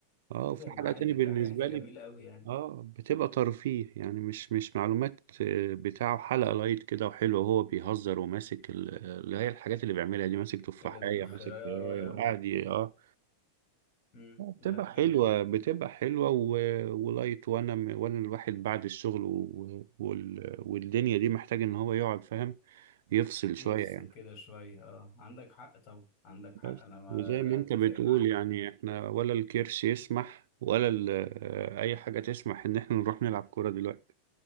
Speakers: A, on the right; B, on the left.
A: اه
B: اتفق
A: وفي
B: معاك
A: حلقة تاني
B: الدحيح
A: بالنسبة
B: ده جميل
A: لي
B: قوي يعني
A: اه بتبقى ترفيه يعني مش مش معلومات آه، بتاعه حلقة لايت كده وحلو وهو بيهزر وماسك ال- اللي هي الحاجات اللي بيعملها دي ماسك تفاحية
B: الخيرايه
A: ماسك آه،
B: رايه
A: وقاعد
B: و...
A: ي- اه
B: مم.
A: آه،
B: لا
A: بتبقى حلوة
B: جميل
A: بتبقى حلوة و... ولايت وانا م- وانا الواحد بعد الشغل و... وال... والدنيا دي محتاج ان هو يقعد فاهم يفصل
B: يفصل
A: شوية يعني
B: كده شوية اه عندك حق طبعا عندك
A: بس
B: حق انا ما
A: وزي ما انت
B: اتفق
A: بتقول
B: معاك
A: يعني
B: في ده
A: احنا ولا الكرش يسمح ولا ال... آه، اي حاجة تسمح ان احنا نروح نلعب كورة دلوقتي